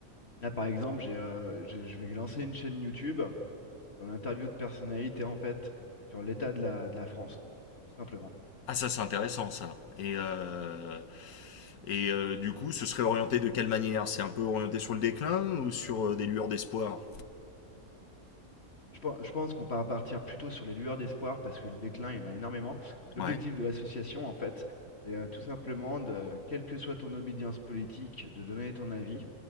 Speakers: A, on the left (about 45°); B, on the left (about 80°).
A: Là, par exemple, j'ai, euh, je je vais lancer une chaîne YouTube. sur l'interview de personnalité, en fait, sur l'état de la, de la France, tout simplement.
B: Ah ça c'est intéressant ça. Et euh, et euh, du coup, ce serait orienté de quelle manière? C'est un peu orienté sur le déclin ou sur euh, des lueurs d'espoir?
A: Je, pen- je pense qu'on va partir plutôt sur les lueurs d'espoir parce que le déclin, il y en a énormément. L'objectif
B: Ouais.
A: de l'association, en fait, c'est euh, tout simplement de, quelle que soit ton obédience politique, de donner ton avis,